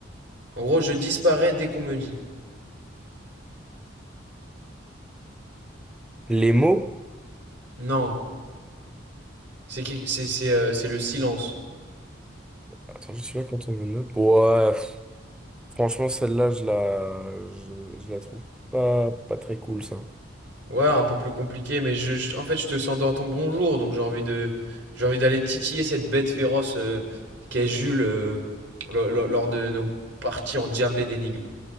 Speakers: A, on the right; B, in the centre.
A: En gros, je disparais dès qu'on me dit.
B: Les mots.
A: Non, c'est qui- c'est c'est euh, c'est le silence.
B: Attends, je suis là quand on me nomme. Ouais, pff, franchement, celle-là, je la, je, je la trouve pas, pas très cool, ça.
A: Ouais, un peu plus compliqué, mais je, je- en fait, je te sens dans ton bonjour, donc j'ai envie de j'ai envie d'aller titiller cette bête féroce euh, qu'est Jules euh, lo- lo- lors de nos parties endiablées d'énigmes.